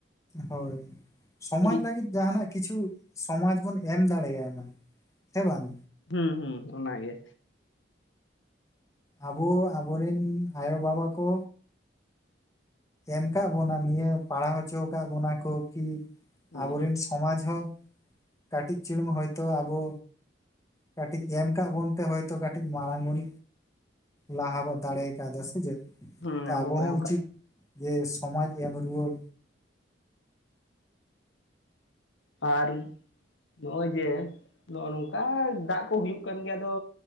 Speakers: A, on the left; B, on the left.
A: ᱦᱳᱭ ᱥᱚᱢᱟᱡᱽ
B: ᱠᱟᱹᱴᱤᱡ
A: ᱞᱟᱹᱜᱤᱫ ᱡᱟᱦᱟᱱᱟᱼᱜ ᱠᱤᱪᱷᱩ ᱥᱚᱢᱟᱡᱽ ᱵᱚᱱ ᱮᱢ ᱫᱟᱲᱮᱭᱟᱭ ᱢᱟ ᱥᱮ ᱵᱟᱝ᱾
B: ᱦᱩᱸ- ᱦᱩᱸ ᱚᱱᱟᱜᱮ᱾
A: ᱟᱵᱚ ᱟᱵᱚᱨᱤᱱ ᱟᱭᱳ ᱵᱟᱵᱟ ᱠᱚ᱾ ᱮᱢ ᱠᱟᱫ ᱵᱚᱱᱟ ᱱᱤᱭᱟᱹ ᱯᱟᱲᱦᱟᱣ ᱦᱚᱪᱚ ᱟᱠᱟᱫ ᱵᱚᱱᱟ ᱠᱚ, ᱠᱤ
B: ᱦᱩᱸ
A: ᱟᱵᱚᱨᱮᱱ ᱥᱚᱢᱟᱡᱽ ᱦᱚᱸ ᱠᱟᱹᱴᱤᱡ ᱪᱩᱞᱩᱝ ᱦᱚᱭᱛᱳ ᱟᱵᱚ᱾ ᱠᱟᱹᱴᱤᱡ ᱮᱢ ᱠᱟᱜ ᱵᱚᱱ ᱛᱮ ᱦᱭᱛᱳ ᱠᱟᱹᱴᱤᱡ ᱢᱟᱲᱟᱝ ᱵᱚᱱ ᱞᱟᱦᱟ ᱵᱚ ᱫᱟᱲᱮ ᱠᱟᱣᱫᱟ ᱥᱮ ᱪᱮᱫ᱾
B: ᱦᱮᱸ
A: ᱛᱚ
B: ᱟᱵᱩ
A: ᱟᱵᱚ
B: ᱠᱚ
A: ᱦᱚᱸ
B: ᱮᱢ
A: ᱩᱪᱤᱛ
B: ᱠᱟ
A: ᱡᱮ ᱥᱚᱢᱟᱡ ᱮᱢ ᱨᱩᱣᱟᱹᱲ
B: ᱟᱨ ᱱᱚᱜᱼᱚᱭ ᱡᱮ ᱱᱚᱫᱚ ᱱᱚᱝᱠᱟ ᱫᱟᱜ ᱠᱚ ᱦᱩᱭᱩᱜ ᱠᱟᱱ ᱜᱮᱭᱟ ᱟᱫᱚ᱾